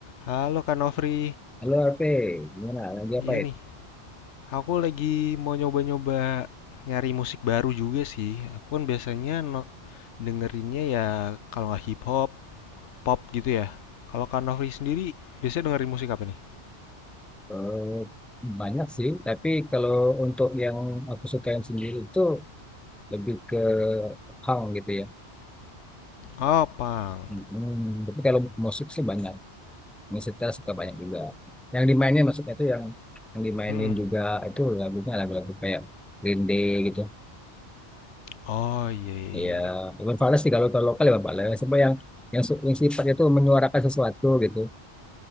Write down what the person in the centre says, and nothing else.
Halo RP, gimana? Lagi apa
itu?
Eh, banyak sih, tapi kalau untuk yang aku sukain sendiri itu lebih ke hang gitu ya.
Hmm, tapi kalau musik sih banyak, musik setel suka banyak juga. Yang dimainin maksudnya itu yang yang dimainin
juga itu lagunya lagu-lagu kayak Green Day gitu.
Ya,
Iwan Fals sih kalau kalau lokal Iwan Fals. Siapa yang yang, su- yang sifatnya itu menyuarakan sesuatu gitu.